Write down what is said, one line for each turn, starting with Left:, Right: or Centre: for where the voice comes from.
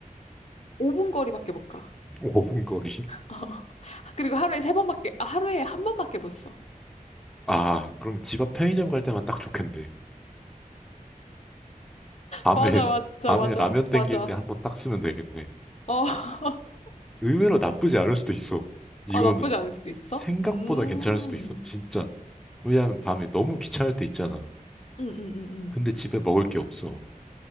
Left: 5분 거리밖에 못 가.
Centre: <laughs> 오 분 거리?
Left: 어. 그리고 하루에 세 번밖에, 아, 하루에 한 번밖에 못 써.
Centre: 아, 그러면 집 앞 편의점 갈 때만 딱 좋겠네. 밤에,
Left: 맞아, 맞아,
Centre: 밤에
Left: 맞아,
Centre: 라면 땡길
Left: 맞아.
Centre: 때 한번 딱 쓰면 되겠네.
Left: 어, <laughs>
Centre: 의외로 나쁘지 않을 수도 있어. 이거는
Left: 아, 나쁘지 않을 수도 있어?
Centre: 생각보다
Left: 음,
Centre: 괜찮을 수도 있어. 진짜. 왜냐하면 밤에 너무 귀찮을 때 있잖아.
Left: 음, 음, 음,
Centre: 근데 집에 먹을 게 없어.